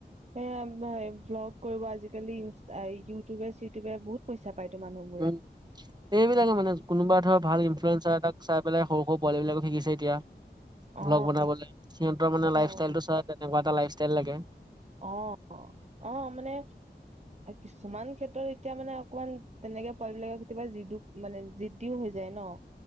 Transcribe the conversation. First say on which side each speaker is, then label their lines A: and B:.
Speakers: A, on the right (about 40°); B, on the right (about 25°).
A: এয়া, এ ভ্লগ কৰিব আজিকালি। ই, ইউটিউবে- চিটিউবে বহুত পইচা পাইতো মানুহ।
B: উম! এইবিলাকে মানে, কোনোবা ধৰ, ভাল ইনফ্লুৱেঞ্চাৰ এটাক চাই পেলাই, সৰু - সৰু পোৱালিবিলাকো শিকিছে, এতিয়া
A: অ
B: ব্লগ বনাবলে, সিহঁতৰ মানে,
A: সঁচাই
B: লাইফ- ষ্টাইল টো চাই। যে, তেনেকুৱা এটা লাইফষ্টাইল লাগে।
A: অ' অ'! মানে কিছুমান ক্ষেত্ৰত, এতিয়া মানে, অকমান তেনেকে, পোৱালিবিলাকে কেতিয়াবা, যিটো মানে, যি <unintelligible> হৈ যায় ন'।